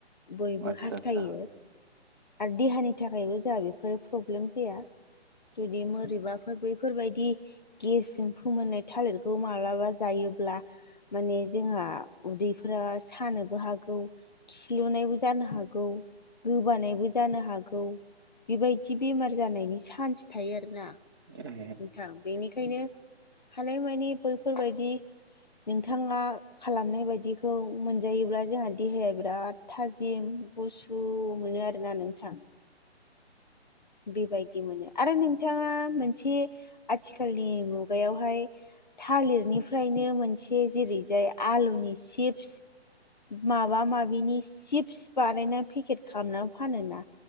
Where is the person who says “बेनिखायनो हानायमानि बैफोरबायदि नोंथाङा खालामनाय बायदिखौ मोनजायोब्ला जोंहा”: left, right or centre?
Left